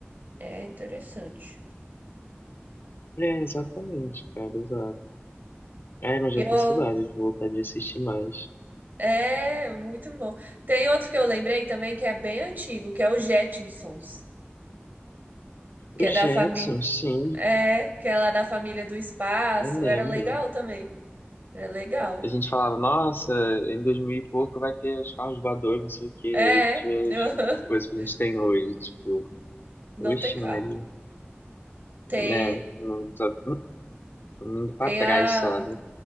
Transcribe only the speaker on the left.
É, exatamente, cara, exato. É, mas
já tô com saudade, vou voltar de assistir mais.
Os
Jetsons,
sim,
eu lembro.
A gente falava, nossa, em 2000 e pouco vai ter os carros voadores, não sei o quê. Aí
a gente vê
as coisas que a gente tem hoje, tipo,
oxe,
Maria,
né? Não tô, tô indo pra
trás
só, né?